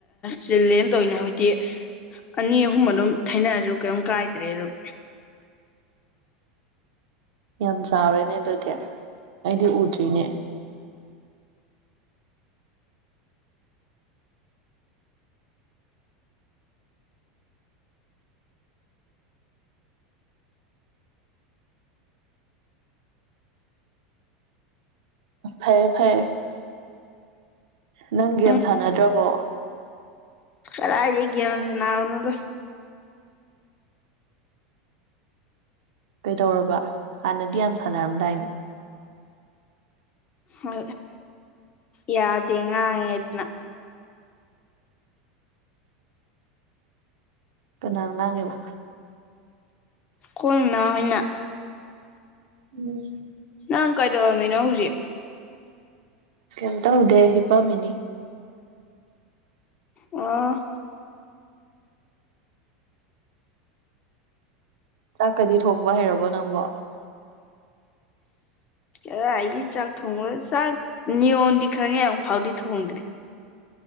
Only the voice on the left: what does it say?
ꯆꯤꯜꯂꯦꯅ ꯇꯧꯅ ꯍꯧꯖꯤꯗꯤ ꯑꯅꯤ ꯑꯍꯨꯝ ꯑꯗꯨꯝ ꯊꯅꯔꯁꯨ ꯀꯩꯝ ꯀꯥꯏꯗ꯭ꯔꯦ ꯑꯗꯨꯝ
ꯎꯝ
ꯈꯔ ꯍꯥꯏ ꯂꯩꯒꯦ ꯁꯅꯥꯎꯅꯗ
ꯍ ꯌꯥꯗ ꯌꯦꯉ ꯌꯦꯗꯅ
ꯈꯣꯡꯅ ꯑꯣꯏꯅ
ꯅꯪ ꯀꯩꯗꯧꯔꯝꯃꯤꯅꯣ ꯍꯧꯖꯤꯛ
ꯑꯣ
ꯑꯦ ꯑꯩꯒꯤ ꯆꯥꯛ ꯊꯣꯡꯉꯨꯔ ꯆꯥꯛ ꯅꯤꯌꯣꯝꯗꯤ ꯈꯪꯉꯦ ꯑꯃꯨꯛ ꯐꯥꯎꯗꯤ ꯊꯣꯡꯗ꯭ꯔꯤ